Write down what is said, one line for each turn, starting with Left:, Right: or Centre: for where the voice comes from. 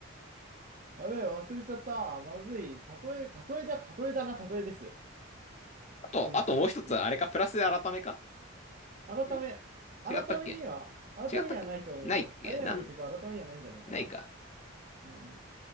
Right: やべえ、忘れちゃった。まずい。例え、例えだ、例えだな、例えです。
Left: あと、
Right: 私の曲。
Left: あともう一つ、あれか、プラスで改めか
Right: 改め、
Left: ん
Right: 改めには、
Left: 違ったっけ
Right: 改めにはないと思う。
Left: 違ったっけないっけなん、
Right: あややの曲は改めにはないんじゃないかな。
Left: ないか。
Right: うん。